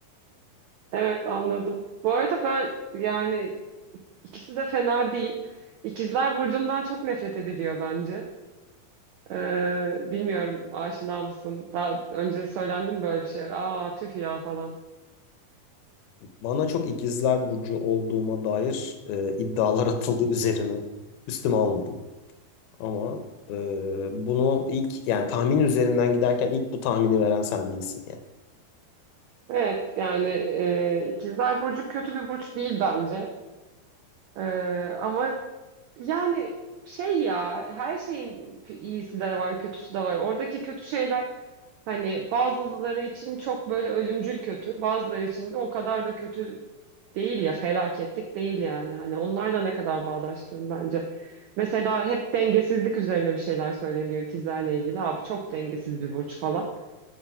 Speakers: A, on the right; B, on the left.
A: Evet anladım. Bu arada ben yani ikisi de fena değil. İkizler Burcu'ndan çok nefret ediliyor bence. Ee, bilmiyorum aşina mısın? Daha önce söylendi mi böyle bir şey? Aa tüh ya falan.
B: Bana çok ikizler burcu olduğuma dair e, iddialar atıldı üzerime. Üstüme almadım. Ama e, bunu ilk yani tahmin üzerinden giderken ilk bu tahmini veren sen değilsin yani.
A: Evet yani e, İkizler Burcu kötü bir burç değil bence. Ee, ama yani şey ya her şeyin p- iyisi de var kötüsü de var. Oradaki kötü şeyler hani bazıları için çok böyle ölümcül kötü bazıları için de o kadar da kötü değil ya felaketlik değil yani. Hani onlarla ne kadar bağdaştığım bence. Mesela hep dengesizlik üzerine bir şeyler söyleniyor ikizlerle ilgili. Abi çok dengesiz bir burç falan.